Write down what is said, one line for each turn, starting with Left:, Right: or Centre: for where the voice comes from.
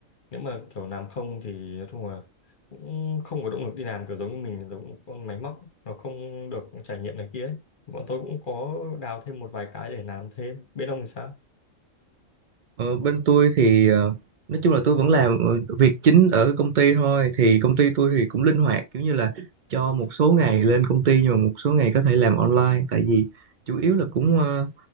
Left: nếu mà kiểu làm không thì nói chung là cũng không có động lực đi làm kiểu giống như mình giống một con máy móc nó không được trải nghiệm này kia ấy. Bọn tôi cũng có đào thêm một vài cái để làm thêm. Bên ông thì sao?
Right: Ờ, bên tôi thì ờ, nói chung là tôi vẫn làm ờ, việc chính ở công ty thôi thì công ty tôi thì cũng linh hoạt kiểu như là cho một số ngày lên công ty nhưng mà một số ngày có thể làm online tại vì chủ yếu là cũng ờ,